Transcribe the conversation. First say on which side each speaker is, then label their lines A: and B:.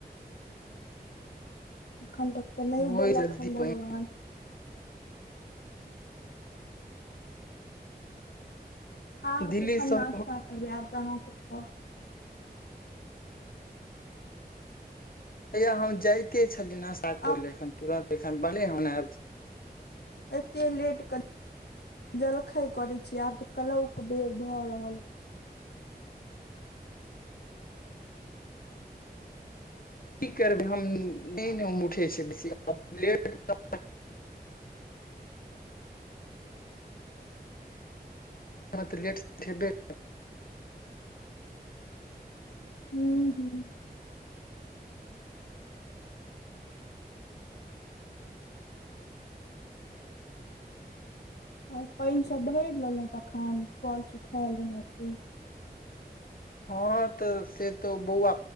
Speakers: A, on the left; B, on the left.
A: अखन तक तऽ नै
B: होइ
A: देलक
B: जल्दी
A: हन
B: पानि
A: भगवान आब
B: दिल्ली
A: कखन
B: सब
A: नास्ता करबै आब तऽ अहाँ सब खेब
B: हैये हम जाइते छलियै नस्ता करै
A: आब
B: ले एखन तुरन्त एखन बनले हन
A: एते लेट के जलखै करै छी आब तऽ कलौ के बेर भऽ रहल
B: की करबै हम नहि नहि हम उठै छ बेसी लेट <unintelligible> तऽ लेट हेबे <unintelligible>
A: हूम्म हूम्म आओर पाइन सब भरि लेलहुँ तखन कल सुखायल रहै से
B: हँ तऽ से तऽ बौआ